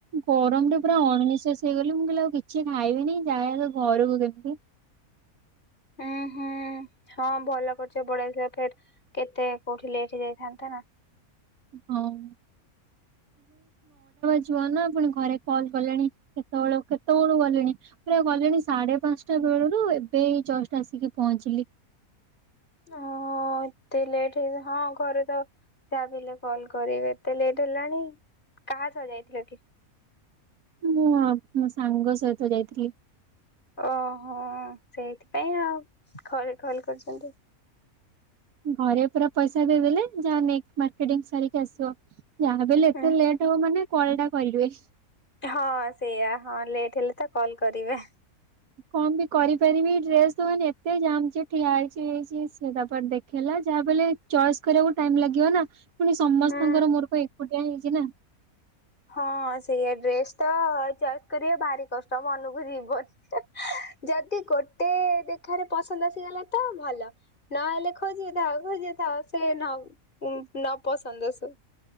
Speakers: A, on the right (about 75°); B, on the left (about 35°).
A: ଗରମ ରେ ପୁରା ଅଣନିଶ୍ୱାସି। ସେଇ କ ମୁଁ କହିଲି ଆଉ କିଛି ଖାଇବିନି ଯା ତ ଘରକୁ କେମିତି।
B: ଉୁଁ ହୁଁ ହଁ ଭଲ କରୁଛ ପଳେଇସ ଫ କେତେ କୋଉଠି ଲେଟ ଯାଇଥାନ୍ତା ନା।
A: ହଁ। ଯୁ ନା ପଣି ଘରେ କଲ କଲେଣି କେତେବେଳ କେତେବେଳୁ ଗଲେଣି ପୁରା ଗଲେଣି ସାଢେ ପାଞ୍ଚଟା ବେଳରୁ ଏବେ ଜଷ୍ଟ ଆସିକି ପହଞ୍ଚିଲି।
B: ହ ଏତେ ଲେଟ ହେଇ ହଁ ଘରେ ତ ଭାବିଲେ କଲ କରିବେ ଏତେ ଲେଟ୍ ହେଲାଣି। କାହା ସ ଯାଇଥିଲା କି?
A: ମୁଁ ମୋ ସାଙ୍ଗ ସହିତ ଯାଇଥିଲି।
B: ଓହୋ ସେଇଥିପାଇଁ ଆଉ ଖରେ ଖଲ କରିଛନ୍ତି।
A: ଘରେ ପୁରା ପଇସା ଦେଇଦେଲେ ଯାହା ମେ ମାର୍କକେଟିଂ ସାରିକି ଆସିବ। ଯାଣ ବଲେ
B: ହୁଁ
A: ଏତେ ଲେଟ୍ ହବ ମାନେ। କଳ ଟା କରିବୁ।
B: ହଁ ସେଇଆା ହଁ ଲେଟ ହେଲେ ତ କଲ କରିବେ।
A: କଣ ବି କରିପାରିବି ଡ୍ରେସ ତ ମାନେ ଏତେ ଜା ଠିଆ ହେଇଛି ହେଇଛି ସେ ତାପରେ ଦେଖେଇଲା ଯାହା ବ ଚଏସ୍ କରିବାକୁ ଟାଇ ଲାଗିବ ନା। ପୁଣି ସମସ୍ତଙ୍କର
B: ହୁଁ
A: ମୋର କ। କୋଟେ ହେଇଛି ନା।
B: ହଁ ସେଇ ଡ୍ରେସ ତ ଚଏସ୍ କରେ ଭାରି କଷ୍ଟ ମନକୁ ଯିବନି। ଯଦି ଗୋଟେ ଦେଖ ପାଖରେ ପସନ୍ଦ ଆସିଗଲା ତ ଭଲ ନହେଲେ ଖୋଜି ଥାଉ ଖୋଜି ଥାଉ ସେ ନଉ ହଁ। ନ ପସନ୍ଦସୁ।